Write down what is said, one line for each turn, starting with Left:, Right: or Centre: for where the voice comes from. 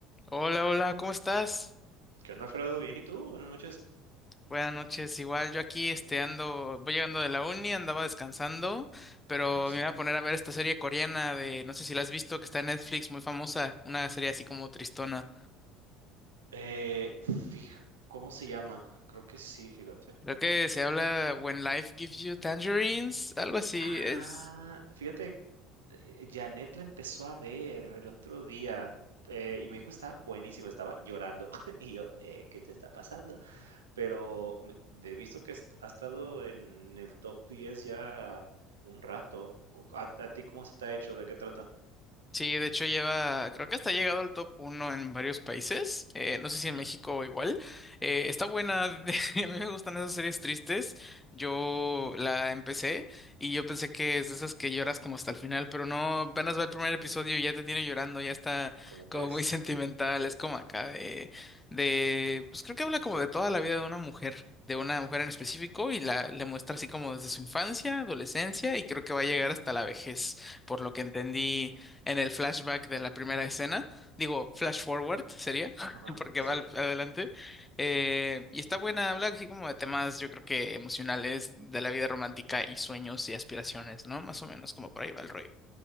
Left: Hola, hola, ¿cómo estás?
Right: ¿Qué onda, Alfredo? Bien, ¿y tú? Buenas noches.
Left: Buenas noches, igual yo aquí este ando, voy llegando de la uni, andaba descansando, pero
Right: Nice.
Left: me voy a poner a ver esta serie coreana de, no sé si la has visto, que está en Netflix, muy famosa, una serie así como tristona.
Right: Eh, fij- ¿cómo se llama? Creo que sí, fíjate.
Left: Creo que se habla When Life Gives You Tangerines, algo así
Right: Ah,
Left: es.
Right: fíjate, eh, Janet la empezó a ver el otro día eh, y me dijo, está buenísimo, estaba llorando. <laughs> Y yo, "Eh, ¿qué te está pasando? Pero me- he visto que est- ha estado en el top 10 ya un rato. Cu- ¿A, a ti cómo se te ha hecho? ¿De qué trata?
Left: Sí, de hecho lleva, creo que hasta ha llegado al top uno en varios países, eh, no sé si
Right: Ujú.
Left: en México igual. Eh, está buena, <laughs> de- a mí me gustan esas series tristes, yo la empecé y yo pensé que es de esas que lloras como hasta el final, pero no, apenas va el primer episodio y ya te tiene llorando, ya está
Right: ¿Cómo crees?
Left: como muy <laughs> sentimental, es como acá de, de, pues creo que habla como de toda la vida de una mujer. de una mujer en específico y la le muestra así como desde su infancia, adolescencia y creo que va a llegar hasta la vejez, por lo que entendí en el flashback de la primera escena, digo, flash forward sería, <laughs>
Right: Ajá,
Left: porque
Right: sí.
Left: va al- adelante, eh, y está buena, habla así como de temas, yo creo que emocionales, de la vida romántica y sueños y aspiraciones, ¿no? Más o menos como por ahí va el rollo.